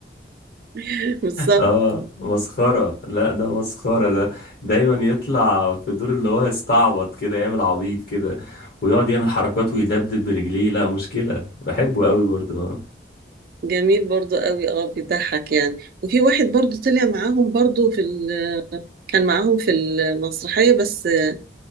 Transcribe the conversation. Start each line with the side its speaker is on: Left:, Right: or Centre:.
Right: <laughs> بالظبط
Left: اه مسخرة لا ده مسخرة ده دايما يطلع في دور اللي هو يستعبط كده يعمل عبيط كده ويقعد يعمل حركات ويدبدب برجليه لا مشكلة بحبه قوي برضه اه
Right: جميل برضو قوي اه بيضحك يعني وفي واحد برضو طلع معاهم برضو في ال... كان معاهم في المسرحيه بس آه،